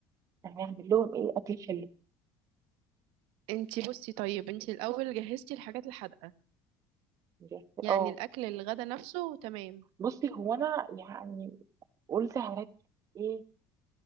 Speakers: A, on the right (about 35°); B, on the right (about 75°).
A: يعني اعمل لهم ايه اكل حلو
B: انتي بصي طيب انتي الاول جهزتي الحاجات الحادقه
A: بجد.
B: يعني
A: اه
B: الاكل الغدا نفسه تمام
A: بصي هو انا يعني قلت هركز ايه